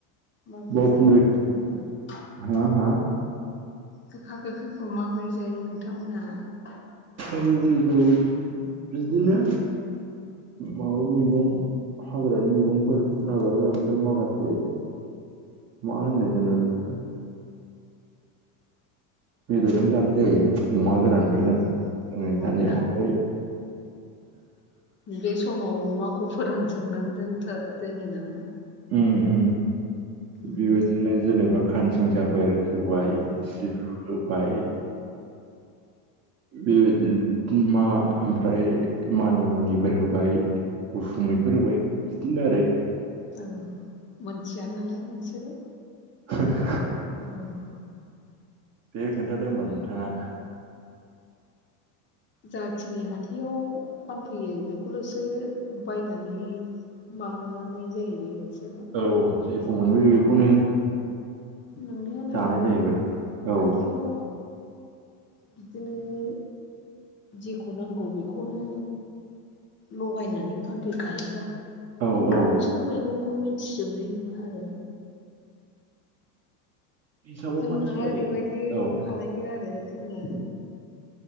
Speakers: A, on the left; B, on the right.
A: माब्रै
B: बावखुंग्रि
A: जायो नोंथांमोनहााय
B: हा हा
A: गोखा गोखाैखौ माबोरै जायो नोंथांमोनहा
B: ओ <unintelligible> बिदिनो माबा मैगं हाग्रानि मैगंफोर नागारबाय आमफ्राय माखासे मा होनो जेन' बिफोरो बेदरजों जानाय जायो अमा गोरानफोरजों
A: अ
B: जोङो
A: अमा
B: जानायाव
A: गोरान
B: अओफ्राय
A: बे समाव माखौ फोरानजोबनानै दोनथ दोनो नामा
B: ओम ओ
A: उम
B: बेबायदिनो जेनेबा खानसिंसाफोर होबाय
A: उम
B: सिब होबाय बेबायदिनो मा ओमफ्राय मानि मुनिफोर होबाय गुफुमैफोर
A: उम
B: होबाय बिदिनो आरो
A: औ मोनथिया नालाय नोंसोरो
B: ह
A: औ
B: बे खोन्थादों होनबा नोंथाङा
A: जाखिनि हाथायाव फानफैयो बेखौल'सो बायनानै मानाय जाहैबाय नोंसोरो
B: औ जेखौ मोनबो बेखौनो
A: नंनाया नंगौ
B: जानाय जाहैबाय औ
A: हाथायाव
B: <inaudible>
A: बिदिनो जेखौ नांगौ बेखौनो लगायनानै फानफैखायोबा
B: औ
A: खिन्थु
B: औ
A: नोंसोरो मैगंखौ मिथिजोबनाय नङा आरो
B: हिसाबाव
A: जोंहा
B: मानसिफ्रा
A: ओरैबायदि
B: औ
A: खालायो आरो जोङो